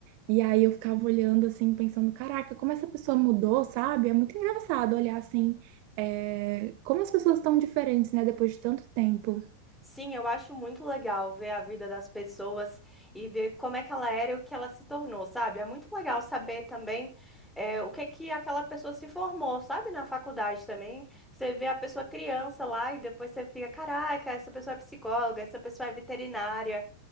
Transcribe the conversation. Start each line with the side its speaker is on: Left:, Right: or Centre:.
Right: e aí eu ficava olhando, assim, pensando, caraca, como essa pessoa mudou, sabe? É muito engraçado olhar, assim, é, como as pessoas estão diferentes, né, depois de tanto tempo.
Centre: Sim, eu acho muito legal ver a vida das pessoas e ver como é que ela era e o que ela se tornou, sabe? É muito legal saber também é, o que que aquela pessoa se formou, sabe? Na faculdade também. Você vê a pessoa criança lá e depois você fica, caraca, essa pessoa é psicóloga, essa pessoa é veterinária.